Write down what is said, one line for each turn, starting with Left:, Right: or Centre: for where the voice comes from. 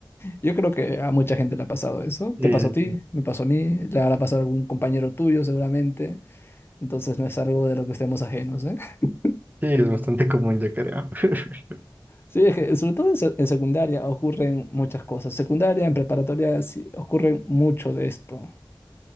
Left: Yo creo que a mucha gente le ha pasado eso.
Right: Eh,
Left: Te pasó a ti,
Right: Sí,
Left: me pasó a mí, le habrá pasado a algún compañero tuyo seguramente. Entonces no es algo de lo que estemos ajenos, ¿eh? <laughs>
Right: Sí, es bastante común, yo creo. <laughs>
Left: Sí, es que sobre todo en, se- en secundaria ocurren muchas cosas. Secundaria, en preparatoria, sí, ocurren mucho de esto.